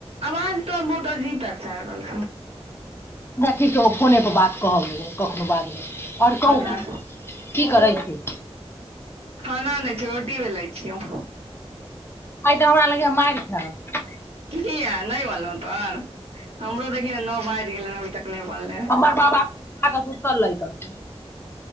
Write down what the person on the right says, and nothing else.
आवाज तऽ बहुत अजीब टाइप से आइब रहल छौ
अच्छा
खाना नहि छै रोटी बेलै छियौ
किय नहि बनलहुँ तर हमरो देखिय ने नौ बाजि गेलै अभी तक नहि बनलय